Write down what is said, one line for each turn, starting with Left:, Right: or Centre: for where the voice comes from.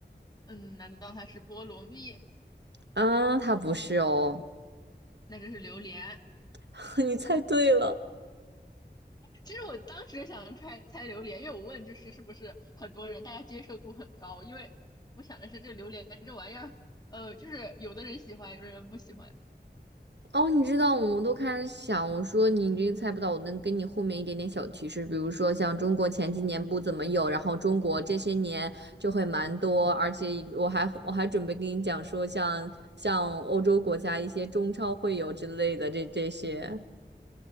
Left: 嗯，难道它是菠萝蜜？
Right: 啊，它不是哦，
Left: 那就是榴莲。
Right: <laughs> 你猜对了。
Left: 其实我当时想猜猜榴莲，因为我问就是是不是很多人大家接受度很高，因为我想的是这榴莲这玩意儿，呃，就是有的人喜欢，有的人不喜欢。
Right: 哦，你知道，我都开始想，我说你这个猜不到，我能给你后面一点点小提示，比如说像中国前几年不怎么有，然后中国这些年就会蛮多，而且我还我还准备跟你讲说像像欧洲国家一些中超会有之类的这这些，